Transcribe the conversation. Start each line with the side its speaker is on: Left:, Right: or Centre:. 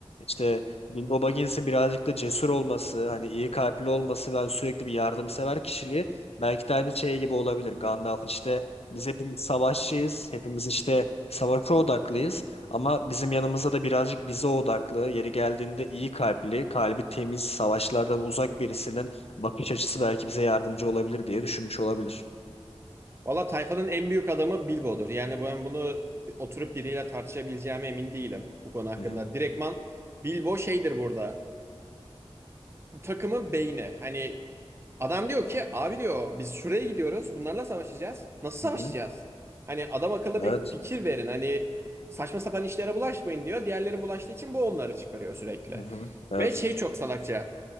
Left: işte Bilbo Baggins'in birazcık da cesur olması, hani iyi kalpli olması ve hani sürekli bir yardımsever kişiliği Belki de aynı şey gibi olabilir. Gandalf işte biz hepimiz savaşçıyız. Hepimiz işte savaşa odaklıyız. Ama bizim yanımızda da birazcık bize odaklı, yeri geldiğinde iyi kalpli, kalbi temiz, savaşlardan uzak birisinin bakış açısı belki bize yardımcı olabilir diye düşünmüş olabilir.
Right: valla tayfanın en büyük adamı Bilbo'dur. Yani ben bunu oturup biriyle tartışabileceğime emin değilim bu konu hakkında.
Left: Hı hı.
Right: Direktman Bilbo şeydir burada. Takımın beyni. Hani Adam diyor ki abi diyor biz şuraya gidiyoruz bunlarla savaşacağız. Nasıl savaşacağız?
Left: Hı hı.
Right: Hani adam akıllı
Left: Evet.
Right: bir fikir verin hani saçma sapan işlere bulaşmayın diyor. Diğerleri bulaştığı için bu onları çıkarıyor sürekli.
Left: Hı hı. Evet.
Right: Ve şey çok salakça.